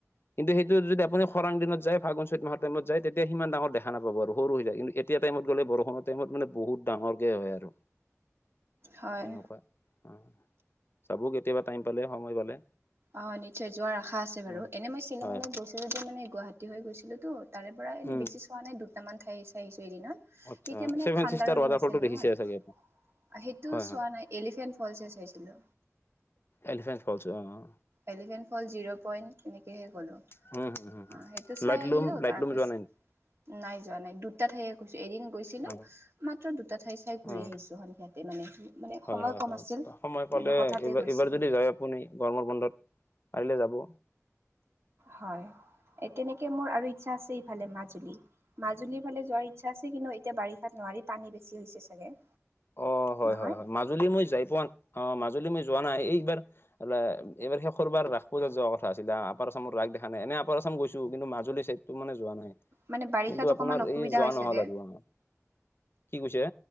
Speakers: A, on the left; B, on the right.
A: কিন্তু সেইটো যদি আপুনি খৰাং দিনত যায় ফাগুন চ'ত মাহৰ টাইমত যায়, তেতিয়া সিমান ডাঙৰ দেখা নাপাব আৰু সৰু হৈ যায়। এতিয়া টাইমত গ'লে বৰষুণৰ টাইমত মানে বহুত ডাঙৰকে হয় আৰু।
B: হয়
A: তেনেকুৱা, অ' যাব কেতিয়াবা টাইম পালে সময় পালে।
B: অ' নিশ্চয় যোৱাৰ আশা আছে বাৰু,
A: উম
B: এনেই মই শ্বিলঙলৈ
A: হয়।
B: গৈছিলো যে, মানে গুৱাহাটী হৈ গৈছিলো তো। তাৰে পৰা এনে
A: উম,
B: বেছি চোৱা নাই, দুটামান ঠাই চাই আহিছো এইদিনা,
A: আচ্ছা
B: তেতিয়া মানে
A: ছেভেন
B: ঠাণ্ডাৰো
A: চিষ্টাৰ ৱাটাৰফলটো
B: দিন আছিল
A: দেখিছে
B: নহয়।
A: চাগে আপুনি?
B: সেইটো
A: হয়,
B: চোৱা
A: হয়,
B: নাই, এলিফেণ্ট ফলচহে চাইছিলো।
A: এলিফেণ্ট ফলচ অ'।
B: এলিফেণ্ট ফলচ জিৰ' পইণ্ট এনেকৈহে গ'লোঁ। অ'
A: হুম, হুম, হুম হুম।
B: সেইটো চাই
A: লাইটলুম,
B: আহিলো,
A: লাইটলুম
B: তাৰপিছত
A: যোৱা নাই নেকি?
B: নাই যোৱা নাই দুটা ঠাইে গৈছো, এদিন গৈছিলো
A: অ',
B: মাত্ৰ দুটা ঠাই চাই ঘূৰি
A: অ',
B: আহিছো সন্ধিয়াত। তে মানে
A: হয়,
B: সময়
A: হয়,
B: কম
A: হয়,
B: আছিল
A: সময় পালে
B: মানে হঠাতে
A: এইবাৰ,
B: গৈছোঁ।
A: এইবাৰ যদি যায় আপুনি গৰমৰ বন্ধত পাৰিলে যাব।
B: হয়। এ তেনেকে মোৰ আৰু ইচ্ছা আছে ইফালে মাজুলী। মাজুলীৰ ফালে যোৱাৰ ইচ্ছা আছে। কিন্তু এতিয়া বাৰিষাত নোৱাৰি পানী বেছি হৈছে চাগে।
A: অ' হয়,
B: নহয়
A: হয়, হয় মাজুলী মই যাই পোৱা নাই, অ' মাজুলী মই যোৱা নাই, এইবাৰ এইবাৰ শেষৰবাৰ ৰাস পূজাত যোৱা কথা আছিলে, আপাৰ আচামৰ ৰাস দেখা নাই। এনেই আপাৰ আচাম গৈছো, কিন্তু মাজুলী চাইডটো মানে যোৱা নাই।
B: মানে বাৰিষাত
A: কিন্তু
B: অকমান
A: আপোনাৰ
B: অসুবিধা
A: এই যোৱা
B: হয়
A: নহল
B: চাগে
A: আৰু অ'। কি কৈছে?